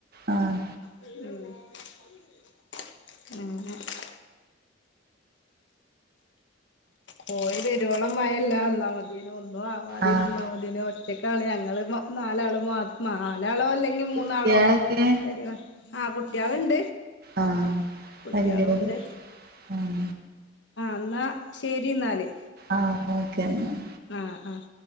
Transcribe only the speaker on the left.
ഉം <inaudible> പോയി വെരുവോളം മഴയില്ല അന്നാ മതിനു ഒന്നും ആവാതെ
ഇരുന്ന മതിയേനും ഒ ഒറ്റക്കാണ് ഞങ്ങള് നാലാള് മാ നാലാളോ അല്ലെങ്കിൽ മൂന്നാളോ
വരിക ആഹ് കുട്ടിയാൾ ഉണ്ട്
കുട്ടിയാളും
ഉണ്ടേ
ആ എന്നാ ശരി എന്നാല്
ആഹ് ആഹ്